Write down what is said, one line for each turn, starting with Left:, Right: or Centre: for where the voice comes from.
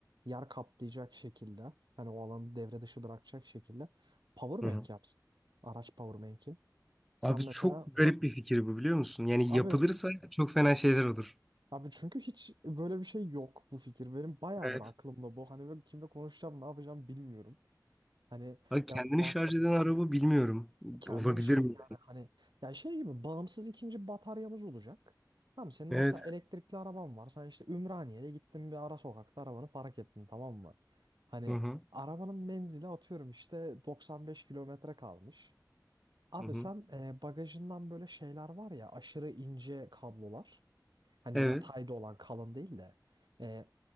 Right: yer kaplayacak şekilde hani o alanı devre dışı bırakacak şekilde powerbank
Centre: hı hı.
Right: yapsın. Araç powerbank'i. Sen
Centre: Abi
Right: mesela
Centre: çok garip bir fikir bu biliyor musun? Yani
Right: abi
Centre: yapılırsa çok fena şeyler olur.
Right: Abi çünkü hiç böyle bir şey yok bu fikir. Benim bayağıdır
Centre: Evet.
Right: aklımda bu. Hani böyle kimle konuşacağım, ne yapacağım bilmiyorum. Hani
Centre: Abi kendini
Right: ya bak
Centre: şarj eden araba bilmiyorum.
Right: kendini
Centre: Olabilir
Right: şi-
Centre: mi?
Right: yani hani ya şey gibi bağımsız ikinci bataryamız olacak. Tamam senin
Centre: Evet.
Right: mesela elektrikli araban var. Sen işte Ümraniye'de gittin bir ara sokakta arabanı park ettin tamam mı? Hani
Centre: Hı hı.
Right: arabanın menzili atıyorum işte 95 kilometre kalmış. Abi
Centre: Hı hı.
Right: sen e, bagajından böyle şeyler var ya aşırı ince kablolar. Hani
Centre: Evet.
Right: yatayda olan kalın değil de. E,